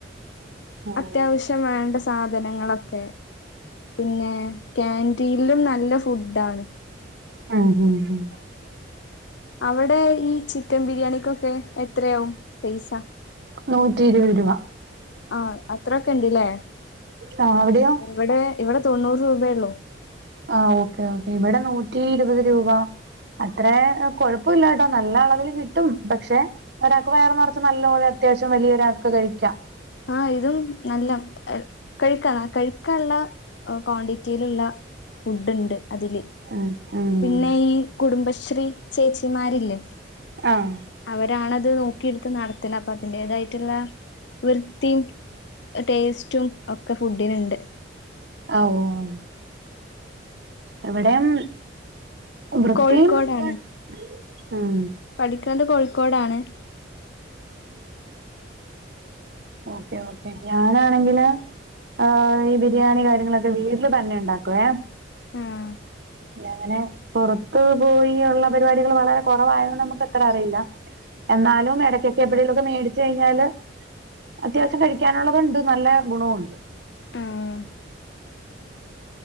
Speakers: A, on the right (about 60°); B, on the left (about 65°).
A: ഉം
B: അത്യാവശ്യം വേണ്ട സാധനങ്ങളൊക്കെ. പിന്നെ കേന്റീൻലും നല്ല ഫുഡാണ്.
A: ഉം ഹ്മ് ഹ്.
B: അവിടെ ഈ ചിക്കൻ ബിരിയാണിക്കൊക്കെ എത്രയാവും പൈസ?
A: നൂറ്റി ഇരുവഹ് രൂപ
B: ആഹ് അത്രൊക്കെ ഉണ്ട്ല്ലേ
A: ആ അവിടെയോ?
B: ഇവിടെ ഇവിടെ തൊണ്ണൂറ് രൂപെയുള്ളൂ.
A: ആ ഓക്കേ ഓക്കെ ഇവിടെ നൂറ്റി ഇരുപത് രൂപ. അത്രേ ഏഹ് കൊഴപ്പല്ല ട്ടോ നല്ല അളവിൽ കിട്ടും പക്ഷെ. ഒരാക്ക് വയർ നെറച്ച് നല്ലപോലെ അത്യാവ്ശ്യം വലിയ ഒരാക്ക് കഴിക്കാം.
B: ആഹ് ഇതും നല്ല കഴിക്കണ കഴിക്കാനുള്ള ക്വാണ്ടിറ്റിയിലുള്ള ഫുഡ് ഉണ്ട് അതില്
A: ഉം ഉം
B: പിന്നെ ഈ കുടുംബശ്രീ ചേച്ചിമാരില്ലേ
A: ആഹ്
B: അവരാണത് നോക്കിയെടുത്ത് നടത്തണ അപ്പൊ അതിന്റെതായിട്ടുള്ള വൃത്തിയും ടേസ്റ്റും ഒക്കെ ഫുഡിനുണ്ട്
A: ആഹ് ഓഹ് ഇവിടേം വൃത്തിയും
B: കോഴിക്കോടാണ്
A: ആഹ്
B: പഠിക്കണത് കോഴിക്കോടാണ്
A: ഓക്കെ ഓക്കെ ഞാനാണെങ്കില് ആഹ് ഈ ബിരിയാണി കാര്യങ്ങളൊക്കെ വീട്ടില് തന്നെ ഉണ്ടാക്കുവേ
B: ആഹ്
A: അങ്ങനെ പുറത്തു പോയി ഉള്ള പരിപാടികൾ വളരെ കുറവായോണ്ട് നമുക്കത്ര അറിയില്ല എന്നാലും ഇടക്കൊക്കെ എപ്പോളെലോക്കെ മേടിച്ചു കഴിഞ്ഞാല് അത്യാവശ്യം കഴിക്കാനുള്ളതുണ്ട് നല്ല ഗുണണ്ട്
B: ആഹ്